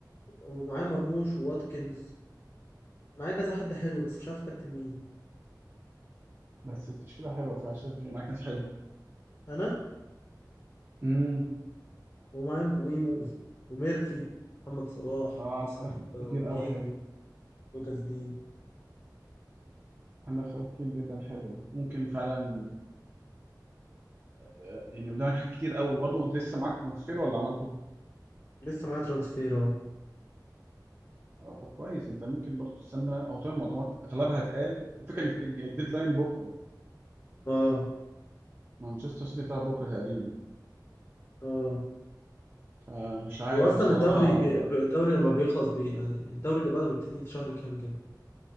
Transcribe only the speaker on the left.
ومعايا مرموش وواتكنز معايا كذا حد حلو بس مش عارف كابتن مين
انا
ومعايا بويمو <laughs> وميرفي محمد صلاح
وساليبا
وجيهي
لوكاس دين
لسه معايا ترانسفير اه
اه
اه
هو اصلا
الدوري بي... الدوري لما بيخلص بي... يعني الدوري اللي بعده بيبتدي في شهر كام كده